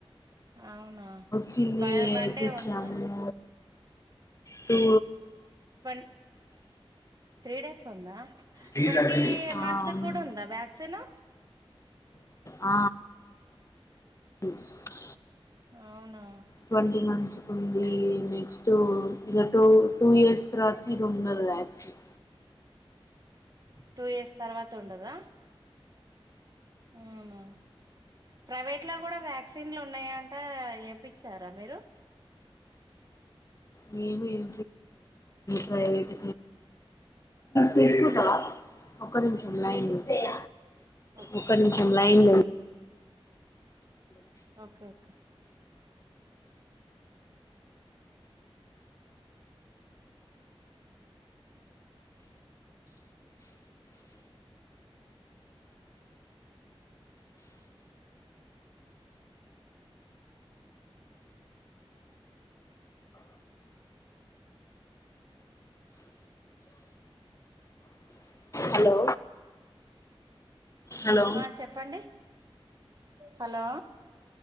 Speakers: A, on the right; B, on the left.
A: అవునా
B: చల్లీ
A: వన్ వన్ డే ఉందా
B: జమును తూ
A: ట్ త్రీ డేస్ ఉందా
B: డి
A: ట్వంటీ
B: రజని
A: మంత్స్
B: ఆ, ఉంది.
A: కూడా ఉందా వ్యాక్సిన్
B: ఆ స్
A: అవునా
B: ట్వంటీ మంత్స్ కు ఉంది నెక్స్ట్ ఇగ టూ టూ ఇయర్స్ తర్వాత ఇది ఉన్నది వ్యాక్సిన్
A: టూ ఇయర్స్ తర్వాత ఉండదా అవునా ప్రైవేట్లల కూడా వ్యాక్సిన్లు ఉన్నాయా ఆ ఎపిచారా మీరు
B: మ ఏం ప్రైవేట్ ఫేస్బుక్ ఆ ఒక నిమిషం లైన్ ఉండు
A: ఓకే
B: ఒక్క నిమిషం లైన్లో ఉండు
A: ఓకే ఓకే
B: హలో హలో
A: ఆ చెప్పండి హలో